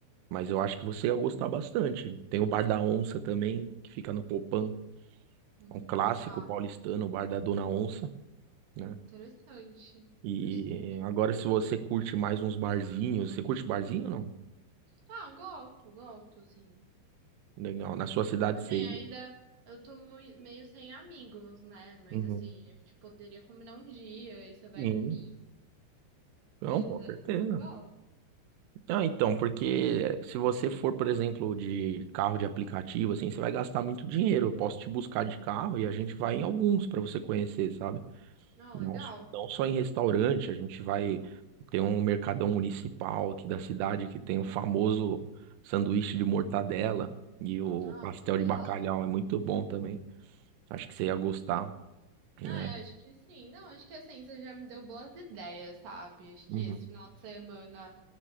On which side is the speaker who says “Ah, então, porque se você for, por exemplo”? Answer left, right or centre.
Right